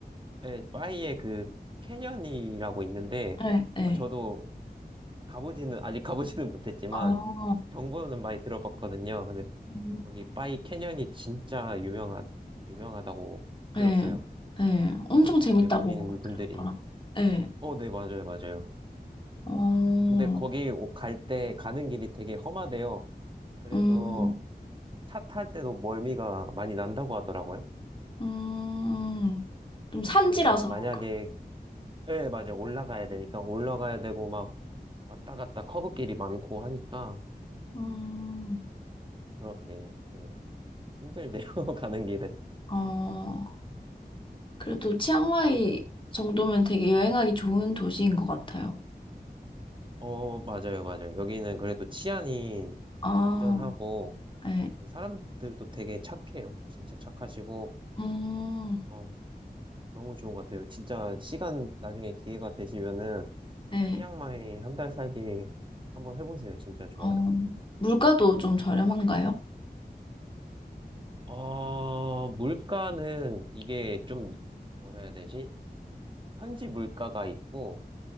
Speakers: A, on the right (about 30°); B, on the left (about 30°).
A: 네, 파이에 그 캐년이라고 있는데
B: 네, 네
A: 어, 저도 가보지는 아직 가보지는 <laughs> 못했지만
B: 아,
A: 정보는 많이 들어봤거든요. 근데
B: 음,
A: 거기 파이 캐년이 진짜 유명한 유명하다고
B: 네
A: 들었어요.
B: 네. 엄청 재밌다고
A: 음, 외국인
B: 그러더라.
A: 분들이
B: 네,
A: 어, 네, 맞아요, 맞아요.
B: 어,
A: 근데 거기 갈 때 가는 길이 되게 험하대요. 그래서
B: 음, 음,
A: 차 탈 때도 멀미가 많이 난다고 하더라고요.
B: 음.
A: 음,
B: 좀 산지라서.
A: 많이 만약에
B: 그런-
A: 예, 맞아. 올라가야 되니까, 올라가야 되고, 막, 왔다 갔다 커브길이 많고 하니까,
B: 음,
A: 그렇게, 예, 힘들대요, <laughs> 가는 길은.
B: 어. 그래도 치앙마이 정도면 되게 여행하기 좋은 도시인 것 같아요.
A: 어, 맞아요, 맞아요. 여기는 그래도 치안이
B: 아,
A: 안전하고,
B: 네.
A: 사람들도 되게 착해요. 진짜 착하시고,
B: 음,
A: 어, 너무 좋은 것 같아요. 진짜 시간, 나중에 기회가 되시면은,
B: 네.
A: 치앙마이 한 달 살기 한번 해보세요. 진짜 좋아요.
B: 어, 물가도 좀 저렴한가요?
A: 어, 물가는 이게 좀, 뭐라 해야 되지? 현지 물가가 있고,